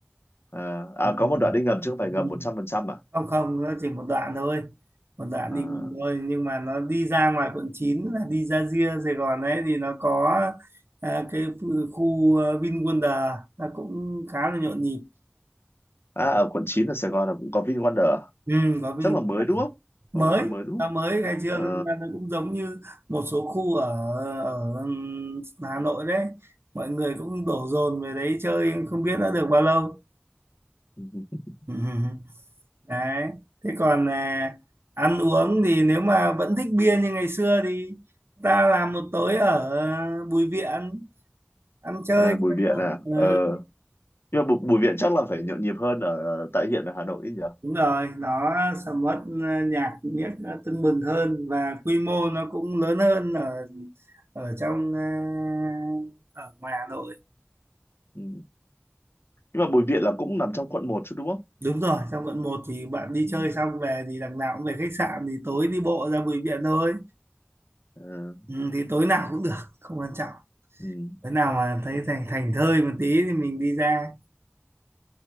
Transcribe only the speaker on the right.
ừ.
ừ,
ừ.
không không nó chỉ một đoạn thôi một đoạn
đi nghỉ thôi nhưng mà nó đi ra ngoài quận 9 là đi ra ria Sài Gòn ấy thì nó có à, cái ph- khu à, VinWonder nó cũng khá là nhộn nhịp
ừ, có Vin
mới
nó
mới khai trương
nên là nó cũng giống như một số khu ở ở ừm, Hà Nội đấy mọi người cũng đổ dồn về đấy chơi không biết đã được bao lâu
<laughs> đấy thế còn à, ăn uống thì nếu mà vẫn thích bia như ngày xưa thì ta làm một tối ở à, Bùi Viện ăn chơi
cho
nó-
ừ,
đúng rồi nó sẽ mất nhạc miếc à, tưng bừng hơn và quy mô nó cũng lớn hơn ở ở trong à, ở ngoài Hà Nội
đúng rồi trong quận một thì bạn đi
chơi xong về thì đằng nào cũng về khách sạn thì tối đi bộ ra Bùi Viện thôi
ừ, thì tối nào cũng được không quan trọng
thế nào mà thấy thành thành thơi một tí thì mình đi ra